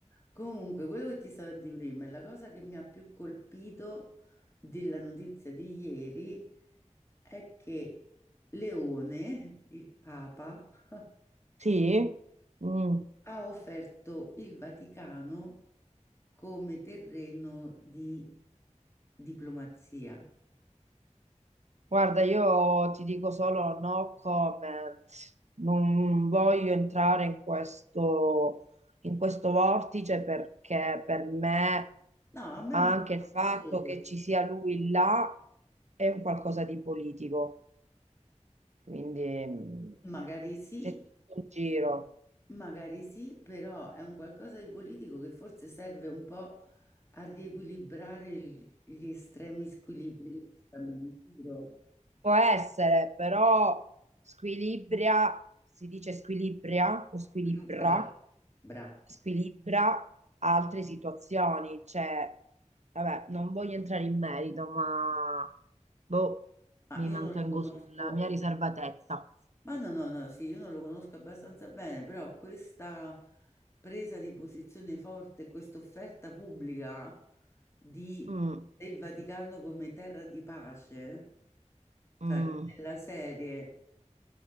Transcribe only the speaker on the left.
Comunque, quello che ti stavo a dire prima è la cosa che mi ha più colpito della notizia di ieri è che Leone, il Papa, <laughs>
ha offerto il Vaticano come terreno di diplomazia.
No, a me
fa
piacere.
Magari sì,
magari sì, però è un qualcosa di politico che forse serve un po' a riequilibrare il- gli estremi squilibri che ci stanno in giro.
Squilibra, bra.
Ma
io
non lo conosco
Ma no, no, no, sì, io non lo conosco abbastanza bene, però questa presa di posizione forte, questa offerta pubblica di-
del Vaticano come terra di pace,
cioè della serie,